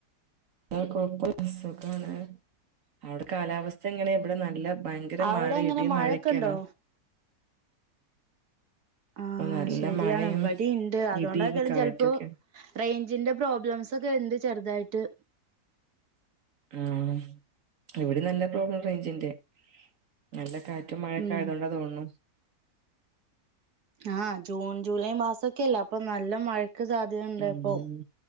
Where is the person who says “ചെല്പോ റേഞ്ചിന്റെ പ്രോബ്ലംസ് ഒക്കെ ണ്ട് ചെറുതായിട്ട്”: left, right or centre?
Right